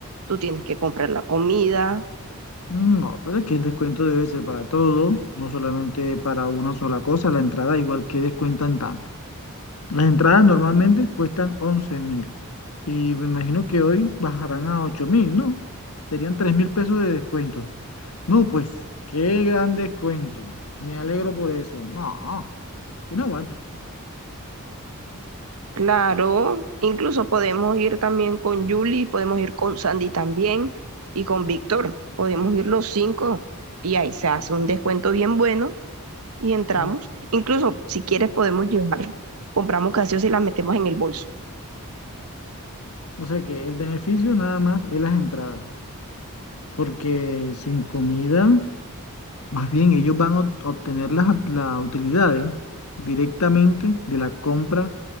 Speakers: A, on the right; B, on the left.
A: tú tienes que comprar la comida.
B: Mm, No, pero es que el descuento debe ser para todo, no solamente para una sola cosa. La entrada igual que descuentan tanto. Las entradas normalmente cuestan once mil y me imagino que hoy bajarán a ocho mil, ¿no? Serían tres mil pesos de descuento. No, pues, qué gran descuento. Me alegro por eso. No, si no aguanta.
A: Claro, incluso podemos ir también con Julie, podemos ir con Sandy también y con Víctor. Podemos ir los cinco y ahí se hace un descuento bien bueno y entramos.
B: Mm,
A: Incluso si quieres podemos llevar, compramos gaseosa y la metemos en el bolso.
B: O sea que el beneficio nada más es las entradas, porque sin comida, más bien ellos van a ob- obtener las, las utilidades directamente de la compra